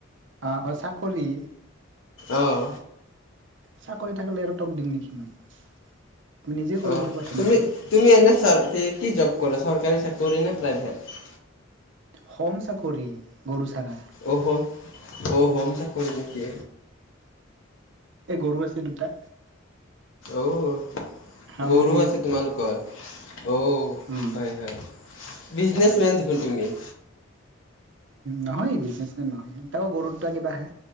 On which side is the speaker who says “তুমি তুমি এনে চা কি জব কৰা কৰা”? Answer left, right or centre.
Left